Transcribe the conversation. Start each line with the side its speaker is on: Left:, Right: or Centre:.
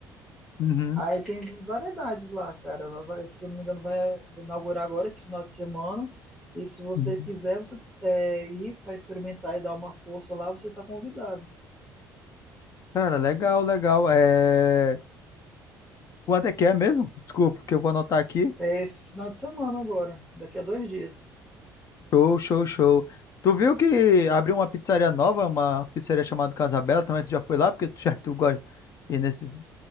Left: uhum,
Centre: Aí tem variedades lá, cara. Vai- vai- se eu não me engano, vai inaugurar agora esse final de semana. E se você
Left: uhum.
Centre: quiser, você é, ir para experimentar e dar uma força lá, você está convidado.
Left: Cara, legal, legal. É... Quanto é que é mesmo? Desculpa, que eu vou anotar aqui.
Centre: É esse final de semana agora, daqui a dois dias.
Left: Show, show, show. Tu viu que abriu uma pizzaria nova, uma pizzaria chamada Casabella, também tu já foi lá, porque tu <laughs> já que tu gosta e nesses